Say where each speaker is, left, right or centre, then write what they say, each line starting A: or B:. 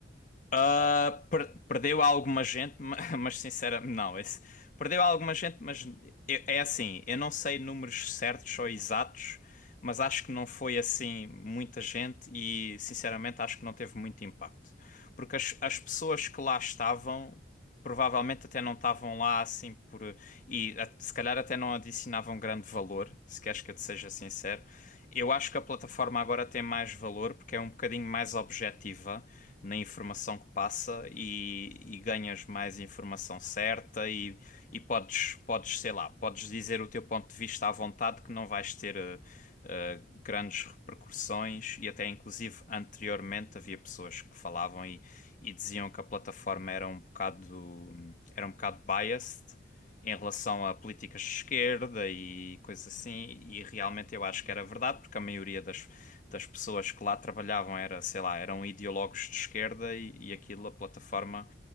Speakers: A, on the left; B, on the left.
A: Ah, per- perdeu alguma gente, ma- <laughs> mas sinceramente, não, esse, perdeu alguma gente, mas eu- é assim, eu não sei números certos ou exatos, mas acho que não foi assim muita gente e sinceramente acho que não teve muito impacto. Porque as, as pessoas que lá estavam provavelmente até não estavam lá assim por. E a- se calhar até não adicionavam grande valor, se queres que eu te
B: Uhum.
A: seja sincero. Eu acho que a plataforma agora tem mais valor porque é um bocadinho mais objetiva na informação que passa e, e ganhas mais informação certa e, e podes, podes, sei lá, podes dizer o teu ponto de vista à vontade que não vais ter. eh, eh, grandes repercussões e até inclusive anteriormente havia pessoas que falavam e, e diziam que a plataforma era um bocado era um bocado biased em
B: hum
A: relação a políticas de esquerda e coisas assim e realmente eu acho que era verdade porque a maioria das das pessoas que lá trabalhavam era sei lá eram ideólogos de esquerda e, e aquilo
B: Ok.
A: a plataforma